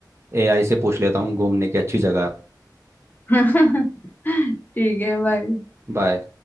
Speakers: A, on the right; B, on the left.
A: एआई से पूछ लेता हूँ घूमने की अच्छी जगह
B: <laughs> ठीक है बाय
A: बाय